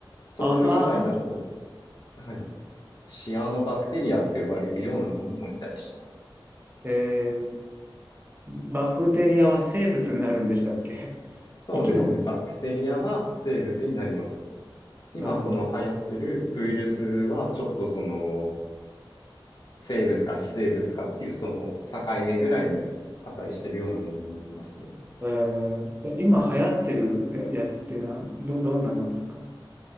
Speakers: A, on the left; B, on the right.
A: 藻類以外だと、
B: あ、そう、あ、そう。
A: はい、シアノバクテリアって呼ばれるようなものもいたりします。
B: えー、バクテリアは生物になるんでしたっけ <laughs>
A: そうですね。
B: 生き物。
A: バクテリアは生物になります。今、
B: なるほど。
A: その流行ってるウイルスは、ちょっとその、生物か非生物かっていう、その境目ぐらいに値してるようなものになりますね。
B: えー、え今流行ってるややつっていうのはど、どんなのですか